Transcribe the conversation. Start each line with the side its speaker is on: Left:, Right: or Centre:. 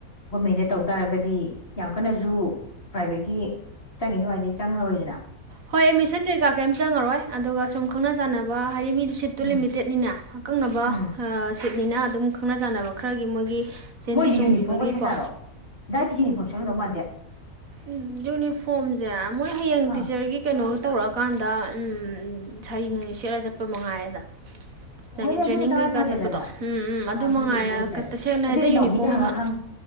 Left: ꯒꯣꯔꯃꯦꯟꯗ ꯇꯧ ꯇꯥꯔꯒꯗꯤ ꯌꯥꯝ ꯀꯟꯅꯁꯨ ꯄ꯭ꯔꯥꯏꯚꯦꯠꯀꯤ ꯆꯪꯉꯤ ꯗꯨꯃꯥꯏꯅꯗꯤ ꯆꯪꯉꯔꯣꯏꯗꯅ
Right: ꯍꯣꯏ ꯑꯦꯗꯃꯤꯁꯟ ꯀꯩꯀꯥ ꯀꯩꯝ ꯆꯪꯉꯔꯣꯏ ꯑꯗꯨꯒ ꯁꯨꯝ ꯈꯪꯅ ꯆꯥꯟꯅꯕ ꯍꯥꯏꯗꯤ ꯃꯤꯗꯨ ꯁꯤꯠꯇꯨ
Left: ꯎꯝ
Right: ꯂꯤꯃꯤꯇꯦꯠꯅꯤꯅ ꯑꯀꯛꯅꯕ
Left: ꯎꯝ
Right: ꯑ ꯁꯤꯠꯅꯤꯅ ꯑꯗꯨꯝ ꯈꯪꯅ ꯆꯥꯟꯅꯕ ꯈꯔꯒꯤ ꯃꯣꯏꯒꯤ ꯆꯦꯟꯕꯤ
Left: ꯃꯣꯏꯗꯤ
Right: ꯆꯣꯡꯕꯤꯕꯒꯤꯀꯣ
Left: ꯌꯨꯅꯤꯐꯣꯔꯝꯒ ꯁꯦꯠꯆꯥꯔꯣ ꯗꯥꯏꯠꯇꯤ ꯌꯨꯅꯤꯐꯣꯔꯝ ꯁꯦꯠꯂꯝꯗꯧ ꯃꯥꯟꯗꯦ
Right: ꯎ ꯌꯨꯅꯤꯐꯣꯔꯝꯁꯦ ꯃꯣꯏ ꯍꯌꯦꯡ
Left: ꯑꯥ
Right: ꯇꯤ ꯒꯤ ꯀꯩꯅꯣ ꯇꯧꯔꯛꯑꯀꯥꯟꯗ ꯎꯨꯝ ꯁꯥꯔꯤ ꯅꯨꯡꯔꯤ ꯁꯦꯠꯂ ꯆꯠꯄ ꯃꯉꯥꯏꯔꯦꯗ ꯍꯥꯏꯗꯤ
Left: ꯍꯣꯏꯅꯦ
Right: ꯇ꯭ꯔꯦꯅꯤꯡ
Left: ꯑꯗꯨꯗꯤ ꯇꯉꯥꯏ
Right: ꯀꯩꯀꯥ
Left: ꯐꯗꯦꯗꯅ
Right: ꯆꯠꯄꯗꯣ ꯎꯝ ꯎꯝ
Left: ꯑ ꯑꯗꯨꯗꯤ
Right: ꯃꯉꯥꯏꯔꯦ
Left: ꯑꯗꯨ ꯑꯣꯏꯇꯥꯏ
Right: ꯇꯁꯦꯡꯅ
Left: ꯍꯥꯏꯗꯤ
Right: ꯍꯦꯛꯇ
Left: ꯅꯥꯎꯕꯤꯗ
Right: ꯌꯨꯅꯤꯐꯣꯔꯝ
Left: ꯍꯪꯉ
Right: ꯑꯃ
Left: ꯈꯪꯅꯤ